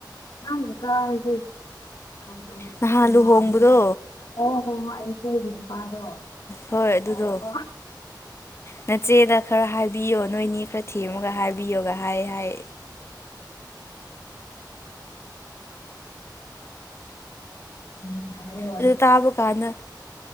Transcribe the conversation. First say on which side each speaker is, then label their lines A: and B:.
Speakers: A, on the left; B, on the left.
A: ꯅꯪ ꯀꯀꯥ ꯍꯥꯏꯁꯦ <unintelligible>
B: ꯅꯍꯥꯟ
A: ꯀꯅꯥꯕꯨꯅꯣ
B: ꯂꯨꯍꯣꯡꯕꯗꯣ
A: ꯑꯣ ꯍꯣꯏ ꯍꯣꯏ <unintelligible> ꯅꯨꯄꯥꯗꯣ ꯑꯣ
B: ꯍꯣꯏ ꯑꯗꯨꯗꯣ
A: ꯑꯣ
B: ꯅꯆꯦꯗ ꯈꯔ ꯍꯥꯏꯕꯤꯌꯣ ꯅꯣꯏꯅꯤ ꯈꯔ ꯊꯦꯝꯃꯒ ꯍꯥꯏꯕꯤꯌꯣꯒ ꯍꯥꯏ ꯍꯥꯏ
A: <inaudible>
B: ꯑꯗꯨ ꯇꯥꯕ ꯀꯥꯟꯗ